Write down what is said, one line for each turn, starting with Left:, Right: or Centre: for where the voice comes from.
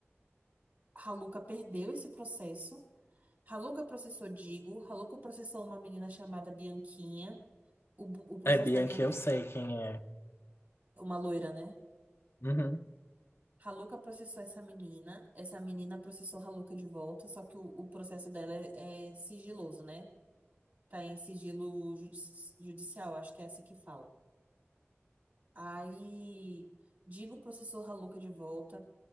Right: Haluca perdeu esse processo. Haluca processou Digo. Haluca processou uma menina chamada Bianquinha. O, bu- o processo
Left: É, Bianca,
Right: da Bianquinha.
Left: eu sei quem é.
Right: Uma loira, né?
Left: Uhum.
Right: Haluca processou essa menina. Essa menina processou Haluca de volta. Só que o, o processo dela é, é sigiloso, né? Tá em sigilo judi- judicial, acho que é assim que fala. Aí, Digo processou Haluca de volta.